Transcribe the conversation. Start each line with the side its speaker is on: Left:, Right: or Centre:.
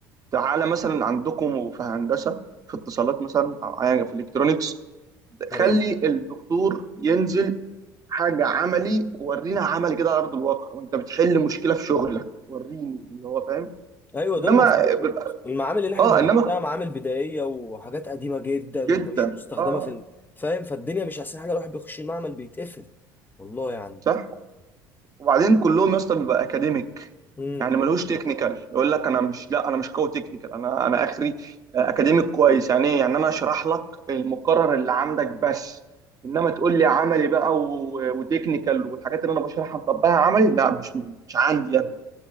Right: تعالى مثلا عندكم في هندسه في اتصالات مثلا او أيا- في الكترونكس خلي
Left: ايوه
Right: الدكتور ينزل حاجة عملي ورينا عملي كده على أرض الواقع وأنت بتحل مشكلة في شغلك وريني اللي هو فاهم
Left: ايوه
Right: إنما
Left: ده المفروض
Right: بيبقى-
Left: المعامل اللي احنا
Right: آه
Left: بنخشها
Right: إنما
Left: معامل بدائيه وحاجات قديمه جدا
Right: جدا
Left: ومش مستخدمه
Right: آه
Left: في ال- فاهم فالدنيا مش احسن حاجه الواحد بيخش المعمل بيتقفل والله يعني
Right: صح وبعدين كلهم يا اسطى بيبقى أكاديميك
Left: امم
Right: يعني ملوش تكنيكال يقول لك أنا مش لا أنا مش قوي تكنيكال أنا أنا آخري آه، أكاديميك كويس يعني إيه يعني أنا أشرح لك المقرر اللي عندك بس إنما تقول لي عملي بقى و- وتكنيكال والحاجات اللي أنا بشرحها نطبقها عملي لا مش مش عندي أنا